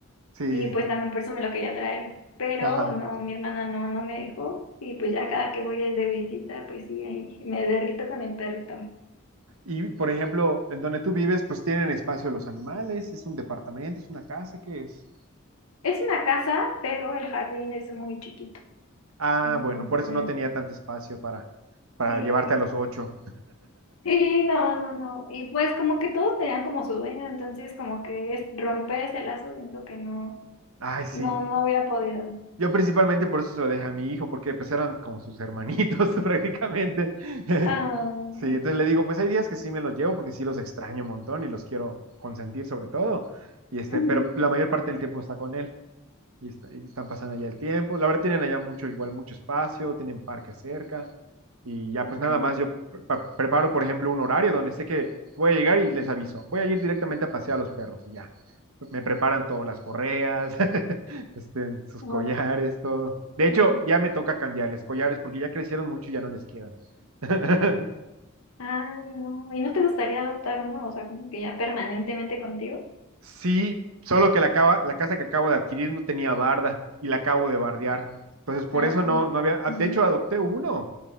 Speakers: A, on the right (about 80°); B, on the left (about 80°).
A: Sí,
B: y pues también por eso me lo quería traer, pero
A: ajá.
B: no, mi hermana no, no me dejó y pues ya cada que voy de visita, pues sí, ahí me derrito con el perrito.
A: Y por ejemplo, en donde tú vives, pues tienen espacio los animales, es un departamento, es una casa, ¿qué es?
B: Es una casa, pero el jardín es muy chiquito,
A: Ah,
B: entonces,
A: bueno, por eso no tenía tanto espacio para, para
B: sí,
A: llevarte a los ocho.
B: sí, no, no, no, y pues como que todos tenían como su dueño, entonces como que es romper ese lazo, siento que no,
A: Ay, sí.
B: no, no hubiera podido.
A: Yo principalmente por eso se lo dejé a mi hijo, porque pues eran como sus hermanitos <laughs> prácticamente. <laughs>
B: Ay.
A: Sí, entonces le digo, pues hay días que sí me los llevo porque sí los extraño un montón y los quiero consentir sobre todo. Y este,
B: ujú.
A: pero la mayor parte del tiempo está con él y, está- y están pasando allá el tiempo. La verdad tienen allá mucho, igual mucho espacio, tienen parque cerca y ya
B: Ok,
A: pues nada más yo pre- pa- preparo, por ejemplo, un horario donde sé que voy a llegar y les aviso. Voy a ir directamente a pasear a los perros y ya. Me preparan todas las correas, <laughs> este, sus
B: guau,
A: collares, todo. De hecho,
B: sí.
A: ya me toca cambiarles collares porque ya crecieron mucho y ya no les quedan. <laughs>
B: Ay, no. ¿Y no te gustaría adoptar uno? O sea, como que ya permanentemente contigo.
A: Sí, solo que la, acaba- la casa que acabo de adquirir no tenía barda y la acabo de bardear. Entonces, por
B: Ah,
A: eso no, no había, ah,
B: mm,
A: de hecho, adopté uno,